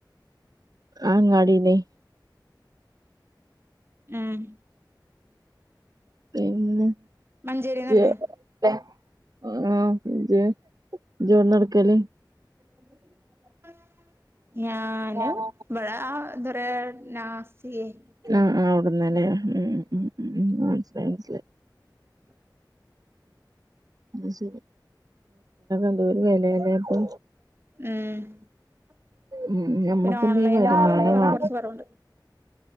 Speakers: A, on the right; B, on the right.
A: അങ്ങാടിന്നെ
B: ആഹ്
A: പിന്നെ
B: മഞ്ചേരിന്നല്ലേ?
A: ല്ലെ ആ ഇജ് ഇജ് എഔട്ന്നാ ഇട്ക്കൽ?
B: <inaudible> ഞാനും ആ
A: ഞാന്
B: ഇവടെ ഇല്ലേ നാസിയ
A: ആ ആ അവിടുന്നല്ലേ മ്മ് മ്മ് മ്മ് മനസ്സിലായി മനസ്സിലായി
B: മ്മ്
A: ഡ്രെസ്സ്നൊക്കെ എന്തൊരു വെലാല്ലേപ്പോ?
B: മ്മ്.
A: ഉം ഞമ്മക്ക്
B: പിന്നെ ഓൺലൈൻ
A: ഇനി വരുമാനം
B: <unintelligible>
A: വേണം
B: കൊർച്ച് കൊറവ്ണ്ട്.